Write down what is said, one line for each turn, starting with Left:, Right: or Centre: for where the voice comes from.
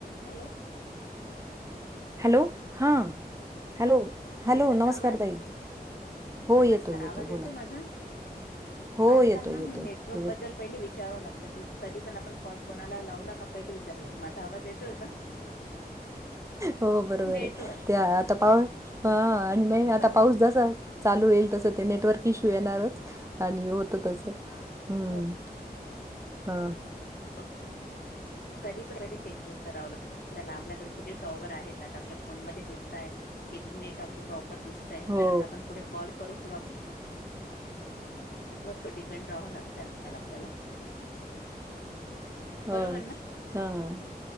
Left: Hello.
Right: Hello हा hello
Left: हा
Right: hello
Left: येतोय का
Right: नमस्कार
Left: आवाज
Right: ताई. हो
Left: नमस्कार
Right: येतोय येतोय
Left: आवाज
Right: बोला
Left: येतो माझा
Right: हो
Left: आजकाल
Right: येतोय
Left: ना
Right: येतोय
Left: हे नेटवर्क
Right: बरोबर
Left: बद्दल पहिली विचारव लागतं की कधी पण आपण कॉल कोनाला लावला का पहिले विचारव लागत माझा आवाज येतोय का?
Right: हो बरोबर
Left: नेटवर्क
Right: आहे ते आता पाहू. हा आणिनाही
Left: आपण
Right: आता पाऊस जसा चालू होईल तस ते नेटवर्क इश्यू येणारच आणि होत तस. हम्म,
Left: हो
Right: हा.
Left: बग, कधी पण पयले चेक कर सरावला. सगना, आपल्याकडे किती टॉवर आहेत आपल्या फोन मध्ये दिसतायत? किती नेट आपलं प्रॉपर दिस तई
Right: हो
Left: तरच आपण पुढे कॉल करू किंवा वर डिपेंड राहावं लागतय आजकाल आपल्याला.
Right: होय,
Left: बरोबर ना
Right: हं,